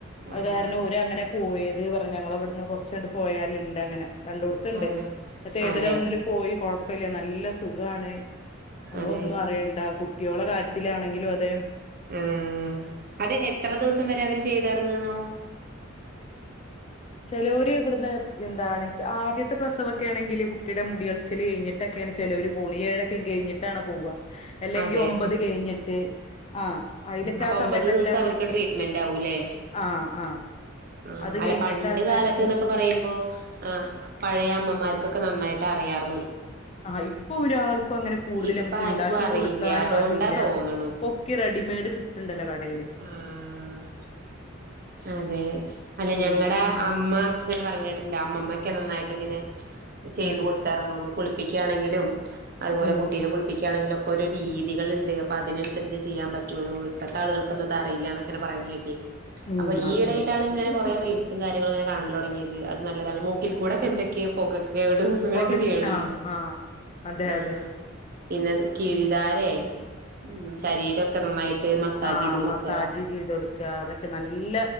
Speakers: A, on the left; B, on the right.
A: അത്
B: ആഹ്
A: കാരണം ഓര് അങ്ങനെ പോയതേ പറഞ്ഞു ഞങ്ങളവിടുന്ന് കുറച്ചങ്ങട്ട് പോയാല് ഉണ്ട് അങ്ങനെ രണ്ടിടത്തുണ്ട്
B: അതെ
A: എന്നിട്ട് ഏതിലോ
B: അതെ
A: ഒന്നില് പോയി കൊഴപ്പമില്ല നല്ല സുഖമാണ് നമ്മളൊന്നും
B: അതെ
A: അറിയണ്ട കുട്ടിയോളുടെ കാര്യത്തിലാണെങ്കിലും അതെ
B: ഉം അത് എത്ര ദിവസം വരെ അവര് ചെയ്ത് തരണാവോ
A: ചിലവര് ഇവിടുന്ന് എന്താണ് ആദ്യത്തെ പ്രസവമൊക്കെ ആണെങ്കിൽ കുട്ടിയുടെ മുടികളച്ചിൽ കഴിഞ്ഞിട്ടൊക്കെയാണ് ചെലോര് പോണ് ഏഴൊക്കെ കഴിഞ്ഞിട്ടാണ് പോവാ അല്ലെങ്കിൽ
B: അതെ
A: ഒമ്പത് കഴിഞ്ഞിട്ട് ആഹ് അയിലൊക്കെ
B: അപ്പൊ
A: ആ
B: ഒമ്പത്
A: സമയത്തൊക്കെല്ലെ
B: ദിവസം
A: നമ്മള്
B: അവർക്ക്
A: കു
B: ട്രീറ്റ്മെന്റ് ആവൂല്ലേ
A: ആഹ് ആഹ്
B: ആഹ്
A: അത്
B: അല്ല
A: കഴിഞ്ഞിട്ട്
B: പണ്ട്
A: ആൾക്കാര്
B: കാലത്ത്ന്നൊക്കെ പറയുമ്പോ ആഹ് പഴയ അമ്മമാർക്കൊക്കെ നന്നായിട്ട് അറിയാർ
A: ആഹ് ഇപ്പൊ ഒരാൾക്കും അങ്ങനെ കൂടുതല്
B: ഇപ്പ
A: നമ്മക്ക്
B: ആർക്കും
A: ഇണ്ടാക്കി
B: അറിയില്ല
A: കൊടുക്കാനും
B: അതോണ്ടാ
A: അറിയില്ല
B: തോന്നണു
A: ഇപ്പോ ഒക്കെ റെഡിമെയ്ഡ് കിട്ട്ണ്ടല്ലോ കടയി
B: ആഹ് അതെ അല്ലെ
A: ഉം
B: ഞങ്ങടെ അമ്മക്കെ ഇങ്ങനെ പറേന്ന കേട്ടിട്ട്ണ്ട് അമ്മമ്മക്കെ നന്നായിട്ട് ഇങ്ങനെ ചെയ്തു
A: ഉം
B: കൊടുത്താർന്നൂന്ന് കുളിപ്പിക്കയാണെങ്കിലും അതുപോലെ
A: ഉം
B: കുട്ടീനെ കുളിപ്പിക്കുകയാണെങ്കിലും ഒക്ക് രീതികളുണ്ട് അപ്പൊ അതിനനുസരിച്ചെ ചെയ്യാൻ പറ്റുള്ളൂ ഇപ്പഴ്ത്തെ ആളുകൾക്കൊന്നും അത് അറിയില്ലാന്ന് ഒക്കെ ഇങ്ങനെ പറയുന്ന കേക്കേ
A: ഉം
B: അപ്പൊ ഈയിടെയായിട്ടാണ്
A: അതെ
B: ഇങ്ങനെ കൊറെ റീൽസും കാര്യങ്ങളും ഇങ്ങനെ കാണല് തൊടങ്ങി തുടങ്ങിയത് അത് നല്ലതാണ് മൂക്കിൽ കൂടെക്കെ എന്തൊക്കെയോ പൊകക്ക് <unintelligible> അങ്ങനെയൊക്കെ
A: ഓഗസ്റ്റ്
B: ചെയ്യണല്ലോ
A: ആഹ് ആഹ് അതെ
B: ആഹ്
A: അതെ
B: പിന്നെ കീഴിധാരയെ ഉം ശരീരമൊക്കെ നന്നായിട്ട് മസാജ്
A: ആ
B: ചെയ്ത് കൊടുക്കുക
A: മസാജ് ചെയ്തൊട്ക്കാ അതൊക്കെ നല്ല